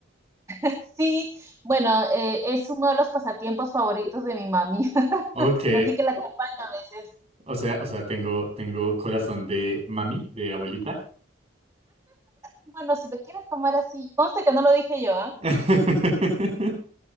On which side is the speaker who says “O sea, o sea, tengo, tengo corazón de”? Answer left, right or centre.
Right